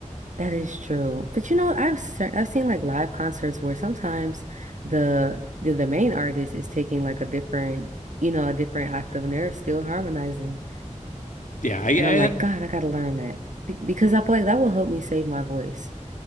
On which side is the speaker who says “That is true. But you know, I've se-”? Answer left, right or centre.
Right